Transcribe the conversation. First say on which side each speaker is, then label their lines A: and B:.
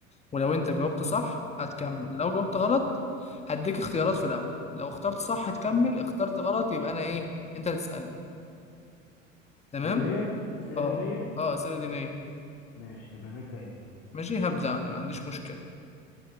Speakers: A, on the left; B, on the left.
A: ولو انت جاوبت صح هتكمل لو جاوبت غلط هديك اختيارات في الأول لو اخترت صح هتكمل اخترت غلط يبقى انا ايه؟ انت اللي تسألني تمام؟
B: دينيه اسئله
A: اه
B: دينيه
A: اه أسئلة دينية
B: ماشي تمام ابدا انت
A: ماشي هبدأ انا ما عنديش مشكلة